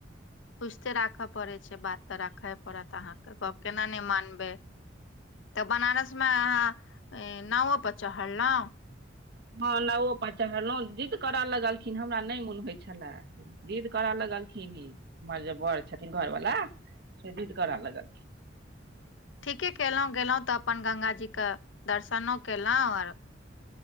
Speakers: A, on the left; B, on the right.
A: कुछते राखय पड़े छै बात तऽ राखे पड़त अहाँके,
B: से
A: गप
B: बात
A: केना नहि मानबै तऽ बनारस मे अहाँ? नावो पर चढ़लहुँ?
B: हँ नाओपर चढ़लहुँ जिद्द करय लगलखिन हमरा नहि मोन होइत छलए। जिद करऽ लगलखिन ई हमर जे बर छथिन घरवला से जिद करऽ लगलखिन।
A: ठीके कयलहुँ गेलहुँ तऽ अपन गंगा जीके दर्शनो कयलहुँ आओर